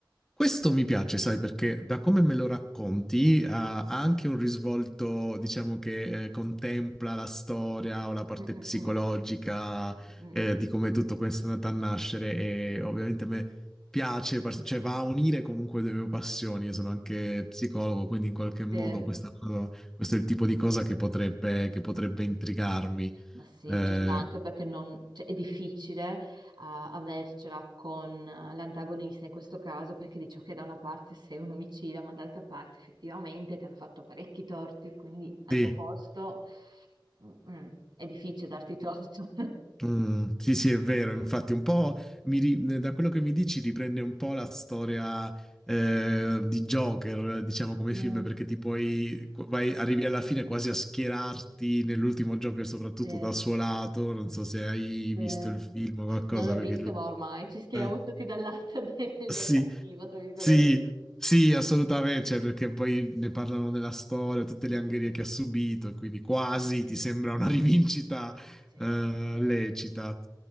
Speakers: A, in the centre; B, on the right.
A: Questo mi piace, sai, perché da come me lo racconti, eh, ha anche un risvolto, diciamo, che eh, contempla la storia o la parte
B: Mm, mm,
A: psicologica
B: mm. Mm, mm.
A: eh, di come tutto questo è andato a nascere e ovviamente a me piace, par- cioè va a unire comunque le mie passioni, io sono anche psicologo, quindi in qualche modo
B: Sì.
A: questa cosa- questo è il tipo di cosa che potrebbe, che potrebbe
B: Mm, mm.
A: intrigarmi.
B: Ma sì,
A: Eh,
B: ci sta anche perché non- cioè, è difficile eh, avercela con eh, l'antagonista in questo caso perché dice che da una parte sei un omicida, ma dall'altra parte effettivamente ti hanno fatto parecchi torti, quindi al
A: sì.
B: tuo posto mm, mm, è difficile darti torto. <laughs>
A: Mm, sì, sì, è vero. Infatti, un po' mi ri- da quello che mi dici riprende un po' la storia eh, di Joker, diciamo come
B: Mm,
A: film, perché ti puoi vai- arrivi alla fine quasi a schierarti nell'ultimo Joker, soprattutto
B: sì,
A: dal suo lato. Non so se hai
B: sì.
A: visto
B: Non
A: il film o qualcosa,
B: l'ho
A: perché
B: visto,
A: lui.
B: ma ormai ci schieriamo
A: eh,
B: tutti dal lato <laughs> del,
A: sì,
B: del cattivo, tra virgolette.
A: sì, sì, assolutamente. Cioè, perché poi ne parlano della storia, tutte le
B: Mm,
A: angherie
B: mm, mm.
A: che ha subito, e quindi quasi ti sembra una <laughs> rivincita
B: Sì,
A: eh,
B: sì, sì.
A: lecita.